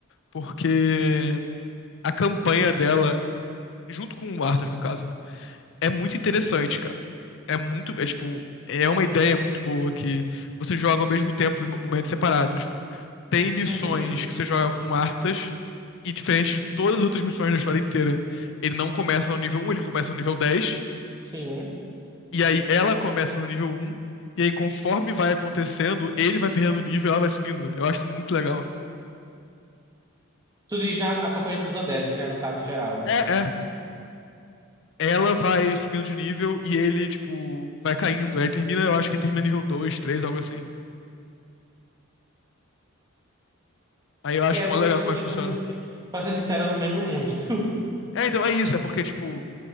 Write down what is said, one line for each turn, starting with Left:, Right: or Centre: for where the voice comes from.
Left: Porque a campanha dela, junto com o Arthas, no caso, né? é muito interessante, cara. É muito, é tipo, é uma ideia muito boa que você joga ao mesmo tempo em momentos separados. Tipo, Tem missões
Right: uhum,
Left: que você joga com Arthas e diferente de todas as outras missões da história inteira, ele não começa no nível um, ele começa no nível 10
Right: sim.
Left: e aí ela começa no nível um e aí conforme vai acontecendo, ele vai perdendo nível, e ela vai subindo. Eu acho muito legal.
Right: Tu diz na a campanha dos Andedes, né? No caso em geral.
Left: É, é. Ela vai subindo de nível e ele, tipo, vai caindo. Aí termina, eu acho que termina nível 2, 3, algo assim. Aí eu acho
Right: É, eu
Left: mó
Right: não,
Left: legal
Right: eu
Left: como
Right: não
Left: é
Right: lembro
Left: que funciona.
Right: muito. é, Pra ser sincero, eu não lembro muito. <laughs>
Left: É, então, é isso. É porque, tipo,